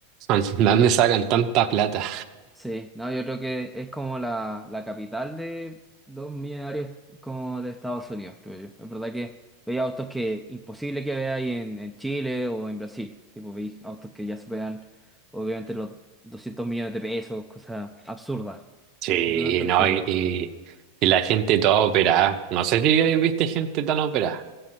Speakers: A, on the right; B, in the centre.
A: "Man, ¿de ¿dónde sacan tanta plata?
B: Sí, no, yo creo que es como la, la capital de los millonarios como de Estados Unidos, creo yo. Es verdad que veía autos que imposible que veáis en, en Chile o en Brasil. Tipo, veis autos que ya superan obviamente los 200 millones de pesos, cosas absurdas,
A: Sí,
B: absolutamente absurdas.
A: no, y, y- y la gente toda operada. No sé si ahí viste gente tan operada.